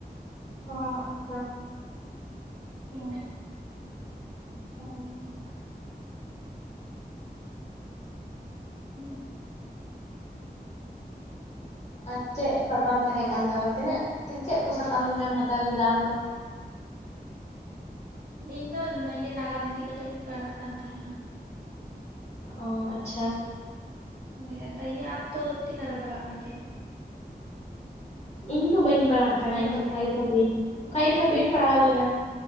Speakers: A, on the left; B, on the right.
A: ᱚ ᱟᱪᱪᱷᱟ
B: ᱚ
A: ᱦᱩᱸ
B: ᱦᱩᱸ
A: ᱟᱨ ᱪᱮᱫ ᱥᱟᱛᱷᱟᱢ ᱛᱟᱦᱮᱸ ᱠᱟᱱ ᱛᱟᱢᱟ ᱛᱤᱱᱟᱹᱜ ᱪᱮᱫ ᱠᱚ ᱥᱟᱛᱟᱢ ᱮᱢ ᱦᱟᱛᱟᱣ ᱞᱮᱫᱟ ᱟᱢᱫᱚ
B: ᱤᱧ ᱫᱚ ᱤᱭᱟᱹ ᱱᱟᱜᱟᱢ ᱤᱫᱤ ᱠᱟᱛᱮ ᱜᱤᱧ ᱯᱟᱲᱦᱟᱜ ᱠᱟᱱ ᱛᱟᱦᱮᱱᱟ
A: ᱚ ᱟᱪᱪᱷᱟ
B: ᱦᱳᱭ ᱮᱱ ᱤᱭᱟᱹ ᱟᱢ ᱫᱚ ᱛᱤᱱᱟᱹᱜ ᱨᱮᱢ ᱯᱟᱲᱦᱟᱜ ᱠᱟᱱ ᱛᱮ
A: ᱤᱧ ᱫᱚ ᱵᱟᱹᱧ ᱯᱟᱲᱦᱟᱜ ᱠᱟᱱᱟ
B: ᱥᱮ
A: ᱤᱧ
B: ᱵᱟᱢ
A: ᱫᱚ ᱯᱷᱟᱭᱤᱟᱹᱵ
B: ᱯᱟᱲᱦᱟᱜᱼᱟ
A: ᱯᱷᱟᱭᱤᱵ ᱦᱟᱹᱵᱤᱡ ᱤᱧ ᱯᱟᱲᱦᱟᱣ ᱞᱮᱱᱟ